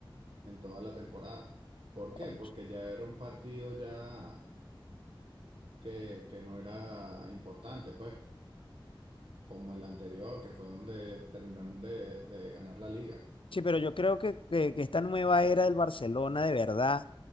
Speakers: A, on the right; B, on the left.
A: en toda la temporada. ¿Por
B: concho.
A: qué? Porque ya era un partido ya que, que no era importante, pues, como el anterior, que fue donde terminaron de, de ganar la liga.
B: Sí, pero yo creo que, que- que esta nueva era del Barcelona de verdad